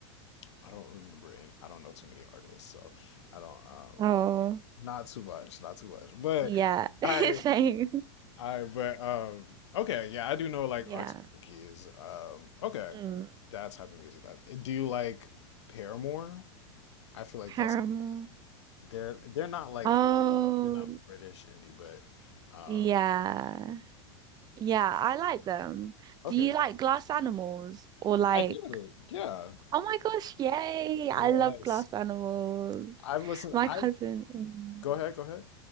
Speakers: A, on the left; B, on the right.
A: I don't remember. Any, I don't know too many artists, so I don't. Um,
B: Oh,
A: not too much, not too much. But
B: Yeah. <laughs>
A: I,
B: Same.
A: I, but um, okay, yeah, I do know like
B: Yeah.
A: arts monkeys. Um, okay,
B: Mm.
A: that type of music. That do you like Paramore? I feel like
B: Paramore.
A: that's they're they're not like
B: oh,
A: they're not British indie, but uh,
B: Yeah. Yeah, I like them.
A: okay,
B: Do you like glass animals or like
A: I do. Yeah,
B: Oh my gosh, yay! I
A: yes.
B: love glass animals.
A: I've listened.
B: My
A: I
B: cousin. mm.
A: go ahead, go ahead.